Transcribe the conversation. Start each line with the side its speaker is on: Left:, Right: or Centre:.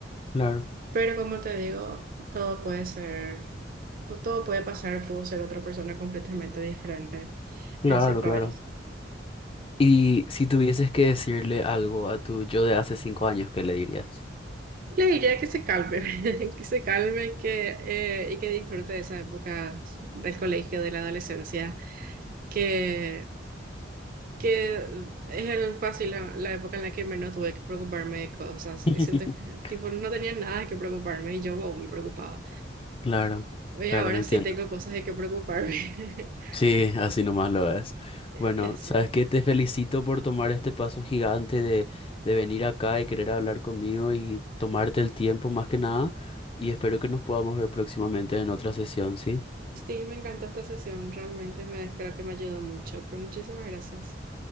Left: Claro,
Right: Pero como te digo, todo puede ser pues, todo puede pasar, puedo ser otra persona completamente diferente
Left: claro,
Right: en cinco
Left: claro.
Right: años.
Left: Y si tuvieses que decirle algo a tu yo de hace cinco años, ¿qué le dirías?
Right: Le diría que se calme, <laughs> que se calme que, eh, y que disfrute de esa época del colegio, de la adolescencia, que, que es el fácil la, la época en la que menos tuve que preocuparme de cosas.
Left: <laughs>
Right: Y siento que tipo, no tenía nada que preocuparme y yo wow, me preocupaba.
Left: Claro,
Right: Y
Left: claro,
Right: ahora
Left: entiendo.
Right: sí tengo cosas de que preocuparme. <laughs>
Left: Sí, así nomás lo es. Bueno,
Right: Y así.
Left: ¿sabes qué? Te felicito por tomar este paso gigante de, de venir acá y querer hablar conmigo y tomarte el tiempo más que nada. Y espero que nos podamos ver próximamente en otra sesión, ¿sí?
Right: Sí, me encantó esta sesión, realmente me creo que me ayudó mucho, pero muchísimas gracias.